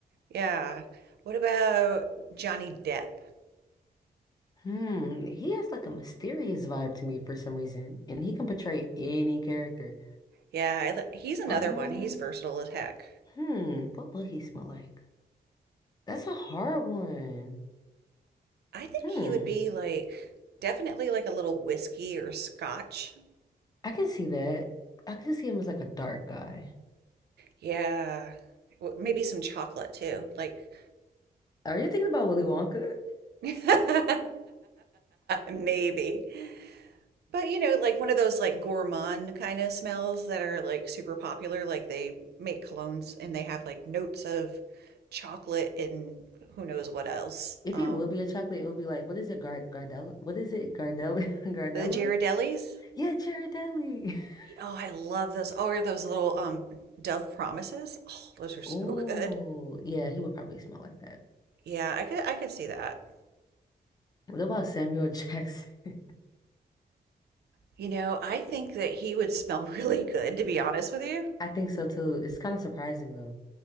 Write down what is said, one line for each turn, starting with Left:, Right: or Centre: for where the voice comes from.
Right: Yeah. What about Johnny Depp?
Left: Hmm, he has like a mysterious vibe to me for some reason, and he can portray any character.
Right: Yeah, I, li- he's another
Left: Um,
Right: one. He's versatile as heck.
Left: hmm, what will he smell like? That's a hard one.
Right: I think
Left: Hmm,
Right: he would be like definitely like a little whiskey or scotch.
Left: I can see that. I can see him as like a dark guy.
Right: Yeah. W- Maybe some chocolate too. Like
Left: Are you thinking about Willy Wonka?
Right: <laughs> maybe. But you know, like one of those like gourmand kind of smells that are like super popular. Like they make colognes and they have like notes of chocolate and who knows what else.
Left: If
Right: Um,
Left: it would be a chocolate, it would be like, what is it, Gar Gardella? What is it, Gardella? <laughs> Gardella?
Right: the Ghirardellis.
Left: Yeah, Ghirardelli. <laughs>
Right: Oh, I love those. Oh, or those little um Dove Promises. Oh, those are so
Left: Oh,
Right: good.
Left: yeah, he would probably smell like that.
Right: Yeah, I could I could see that.
Left: What about Samuel <laughs> Jackson?
Right: You know, I think that he would smell <laughs> really good, to be honest with you.
Left: I think so too. It's kind of surprising though.